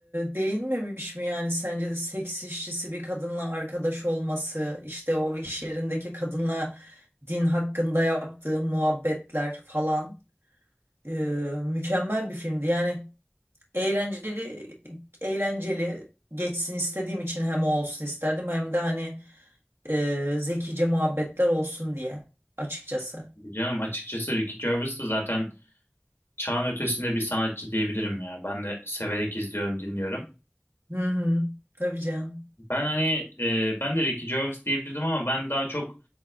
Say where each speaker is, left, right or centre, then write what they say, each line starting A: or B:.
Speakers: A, on the right (about 80°); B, on the left (about 80°).
A: değinmemiş mi yani sence de seks işçisi bir kadınla arkadaş olması işte o iş yerindeki kadınla din hakkında yaptığı muhabbetler falan e, mükemmel bir filmdi yani eğlenceli eğlenceli geçsin istediğim için hem o olsun isterdim hem de hani e, zekice muhabbetler olsun diye açıkçası.
B: Tabii canım açıkçası Ricky Gervais de zaten çağın ötesinde bir sanatçı diyebilirim ya. Ben de severek izliyorum, dinliyorum.
A: Hı hı, tabii canım.
B: Ben hani e, ben de Ricky Gervais diyebilirdim ama ben daha çok